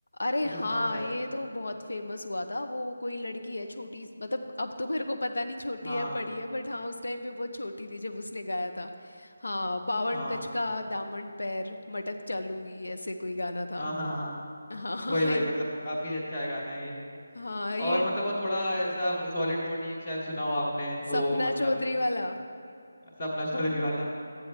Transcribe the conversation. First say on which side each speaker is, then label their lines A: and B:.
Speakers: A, on the left; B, on the left.
A: अरे
B: ये
A: हाँ
B: तो सुना होगा शायद
A: ये तो बहुत फेमस हुआ था वो कोई लड़की है छोटी मतलब अब तो मेरे को पता नहीं छोटी
B: हाँ
A: है बड़ी है बट हाँ उस टाइम पे बहुत छोटी थी जब उसने गाया था हाँ बावन
B: हाँ
A: गज का दामन पैर मटक चालूंगी ऐसे कोई गाना था
B: हाँ हाँ हाँ
A: हाँ हाँ
B: वही वही
A: ये-
B: मतलब काफी अच्छा है गाना ये
A: हाँ, ये
B: और मतलब वो थोड़ा ऐसा सॉलिड बॉडी एक शायद सुना हो आपने वो
A: सपना
B: मतलब
A: चौधरी वाला
B: सपना चौधरी वाला